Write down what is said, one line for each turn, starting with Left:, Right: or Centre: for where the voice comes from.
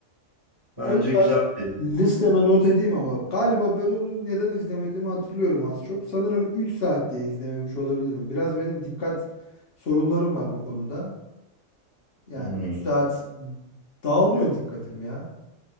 Right: bence
Left: Onu ben
Right: güzel bir.
Left: listeme not edeyim ama galiba ben onu neden izlemediğimi hatırlıyorum az çok. Sanırım 3 saat diye izlememiş olabilirim. Biraz benim dikkat sorunlarım var bu konuda. Yani
Right: Hmm.
Left: 3 saat dağılıyor dikkatim ya.